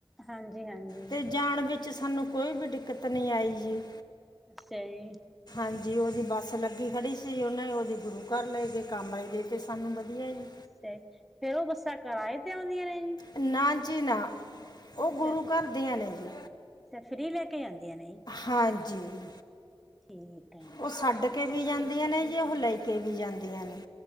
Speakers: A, in the centre; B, on the left.
A: ਹਾਂਜੀ ਹਾਂਜੀ
B: ਤੇ ਜਾਣ ਵਿੱਚ ਸਾਨੂੰ ਕੋਈ ਵੀ ਦਿੱਕਤ ਨੀ ਆਈ ਜੀ।
A: ਅੱਛਾ ਜੀ।
B: ਹਾਂਜੀ ਉਹਦੀ ਬੱਸ ਲੱਗੀ ਖੜੀ ਸੀ। ਉਹਨੇ ਉਹਦੀ ਗੁਰੂ ਕਰ ਲਏ ਗਏ। ਕਾਮਰੇ ਦੇ ਤੇ ਸਾਨੂੰ ਵਧੀਆ ਜੀ
A: ਅੱਛਾ ਜੀ ਫੇਰ ਉਹ ਬੱਸਾਂ ਕਰਾਏ ਤੇ ਆਉਂਦੀਆਂ ਨੇ? ਜੀ
B: ਨਾ ਜੀ ਨਾ ਉਹ
A: ਅੱਛਾ
B: ਗੁਰੂ
A: ਫ੍ਰੀ,
B: ਘਰ ਦੀਆਂ ਨੇ ਜੀ
A: ਅੱਛਾ ਫ੍ਰਰੀ ਲੈ ਕੇ ਜਾਂਦੇਆਂ ਨੇ।
B: ਹਾਂਜੀ
A: ਠੀਕ ਹੈ
B: ਉਹ ਛੱਡ ਕੇ ਵੀ ਜਾਂਦੀਆਂ ਨੇ, ਜੇ ਉਹ ਲੈ ਕੇ ਵੀ ਜਾਂਦੀਆਂ ਨੇ।